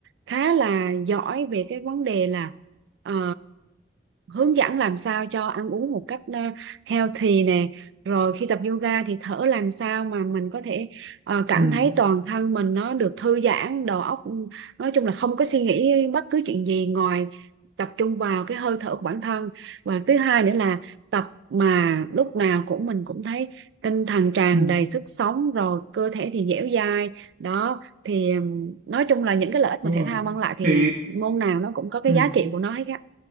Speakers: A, on the right; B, on the right.
A: khá là giỏi về cái vấn đề là ờ, hướng dẫn làm sao cho ăn uống một cách ờ, healthy nè rồi khi tập yoga thì thở làm sao mà mình có thể ờ, cảm
B: ừ
A: thấy toàn thân mình nó được thư giãn đầu óc ừ, nói chung là không có suy nghĩ bất cứ chuyện gì ngoài tập trung vào cái hơi thở của bản thân và thứ hai nữa là tập mà lúc nào cũng mình cũng thấy tinh thần tràn
B: ừ
A: đầy sức sống rồi cơ thể thì dẻo dai đó thì ừm, nói chung là những cái lợi ích
B: đúng
A: mà thể
B: rồi
A: thao mang lại thì
B: thế
A: môn nào nó cũng có cái
B: ừ
A: giá trị của nó hết á